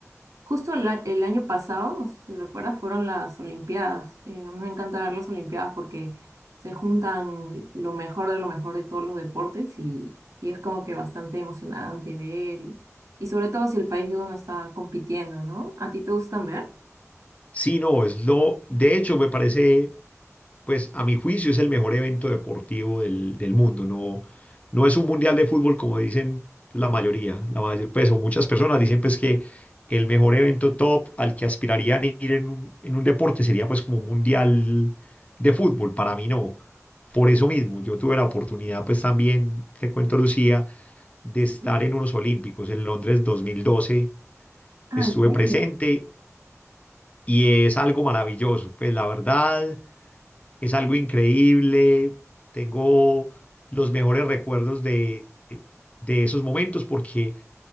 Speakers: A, on the right (about 75°); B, on the left (about 25°).
A: justo el, a- el año pasado, no sé si recuerdas, fueron las Olimpiadas. Eh, a mí me encanta ver las Olimpiadas porque se juntan lo mejor de lo mejor de todos los deportes y, y es como que bastante emocionante ver y, y sobre todo si el país de uno está compitiendo, ¿no? ¿A ti te gustan ver?
B: Sí, no, es lo, de hecho me parece pues a mi juicio es el mejor evento deportivo del, del mundo. No, no es un mundial de fútbol como dicen la mayoría, la mayor, pues o muchas personas dicen pues que el mejor evento top al que aspirarían ir en un, en un deporte sería pues como un mundial de fútbol. Para mí no. Por eso mismo, yo tuve la oportunidad, pues también, te cuento Lucía, de
A: Sí.
B: estar en unos Olímpicos en Londres dos mil doce
A: Ah,
B: Estuve
A: ¿en serio?
B: presente y es algo maravilloso. Pues la verdad, es algo increíble. Tengo los mejores recuerdos de, de esos momentos porque,